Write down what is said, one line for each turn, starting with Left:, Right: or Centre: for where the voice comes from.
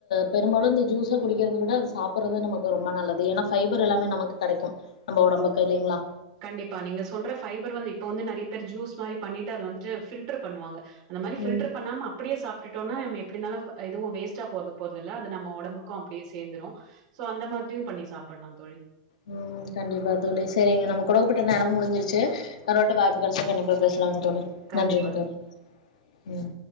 Left: பெரும்பாலு இந்த ஜூஸா குடிக்கறது விட அது சாப்புர்றது நமக் கு ரொம்ப நல்லது ஏனா ஃபைபர் எல்லாமே நமக்கு கெடைக்கு நம்ம ஒடம்புக்கு இல்லைங்ளா
Right: கண்டிப்பா நீங்க சொல்ற ஃபைபர் வந் இப்ப வந்து நறைய பேர் ஜூஸ் மாரி பண்ணிட்டு அத வந்துட்டு ஃபில்ட்ரு பண்ணுவாங்க அந்த மாரி ஃபில்ட்ரு
Left: ம். ம்.
Right: பண்ணாம அப்டியே சாப்ட்டுட்டோனா நம்ம எப்டினாலு அ எதுவு வேஸ்ட்டா போது போறதுல்ல அது நம்ம ம்ம ஒடம்புக்கு அப்டியே சேந்துரு சோ அந்த மாதிரியு பண்ணி சாப்புல்லா தோழி
Left: ம் கண்டிப்பா தோழி சேரிங்க நம்ம குடுக்கப்பட்ட நேரமு முடிஞ்சிருச்சு இன்னோர் வாட்டி வாய்ப்பு கெடச்சா கண்டிப்பா பேசலாம் தோழி
Right: கண்டிப்பா
Left: நன்றிங்க தோழி ம்